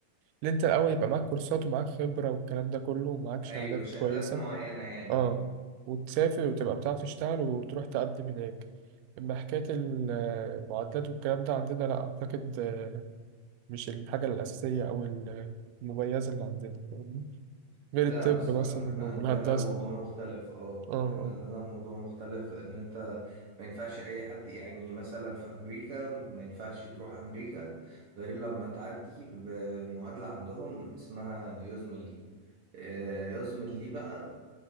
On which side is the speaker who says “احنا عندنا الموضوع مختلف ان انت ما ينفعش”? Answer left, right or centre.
Right